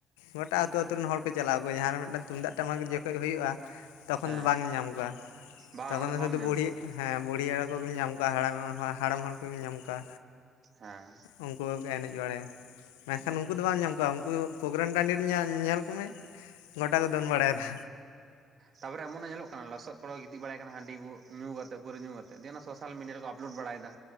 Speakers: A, on the left; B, on the right.
A: ᱜᱚᱴᱟ ᱟᱹᱛᱩ ᱟᱹᱛᱩ ᱨᱮᱱ ᱦᱚᱲ ᱠᱚ ᱪᱟᱞᱟᱣ ᱟᱠᱚ ᱡᱟᱦᱟᱸ ᱨᱮ ᱢᱤᱫᱴᱟᱱ ᱛᱩᱢᱫᱟᱜ ᱴᱟᱢᱟᱠ ᱡᱚᱠᱷᱮᱡ ᱦᱩᱭᱩᱜᱼᱟ᱾ ᱛᱚᱠᱷᱚᱱ
B: ᱦᱮᱸ
A: ᱫᱚ ᱵᱟᱝᱮᱢ ᱧᱟᱢ ᱠᱚᱣᱟ,
B: ᱵᱟᱝ
A: ᱛᱚᱠᱷᱚᱱ
B: ᱚᱸᱰᱮ
A: ᱫᱚ ᱥᱩᱫᱩ
B: ᱵᱟᱢ ᱧᱟᱢ
A: ᱵᱩᱲᱦᱤ
B: ᱠᱚᱣᱟ
A: ᱦᱮᱸ ᱵᱩᱲᱦᱤ ᱦᱚᱲ ᱠᱚᱵᱤᱱ ᱧᱟᱢ ᱠᱚᱣᱟ, ᱦᱟᱲᱟᱢ ᱦᱟᱲᱟᱢ ᱦᱚᱲ ᱠᱚᱵᱤᱱ ᱧᱟᱢ ᱠᱚᱣᱟ,
B: ᱦᱮᱸ,
A: ᱩᱱᱠᱩᱠᱚ ᱮᱱᱮᱡ ᱵᱟᱲᱟᱭᱟ, ᱢᱮᱱᱠᱷᱟᱱ ᱩᱱᱠᱩ ᱫᱚ ᱵᱟᱝ ᱧᱟᱢ ᱠᱚᱣᱟ ᱩᱼᱼ ᱠᱩ ᱯᱨᱳᱜᱨᱟᱢ ᱴᱟᱺᱰᱤ ᱨᱮ ᱧᱮ ᱧᱮᱞ ᱠᱚᱢᱮ ᱜᱚᱴᱟ ᱠᱚ ᱫᱚᱱ ᱵᱟᱲᱟᱭᱮᱫᱟ᱾
B: ᱛᱟᱯᱚᱨ ᱮᱢᱚᱱ ᱧᱮᱞᱚᱜ ᱠᱟᱱᱟ ᱞᱚᱥᱚᱫ ᱠᱚᱨᱮ ᱜᱤᱛᱤᱡ ᱵᱟᱲᱟᱭ ᱠᱟᱱᱟ ᱦᱟᱺᱰᱤ ᱵᱚ ᱧᱩ ᱠᱟᱛᱮ ᱯᱟᱹᱨᱣᱟᱹ ᱧᱩ ᱠᱟᱛᱮᱫ ᱡᱮ ᱚᱱᱟ ᱥᱳᱥᱟᱞ ᱢᱤᱰᱤᱭᱟ ᱨᱮᱠᱚ ᱟᱯᱞᱳᱰ ᱵᱟᱲᱟᱭᱮᱫᱟ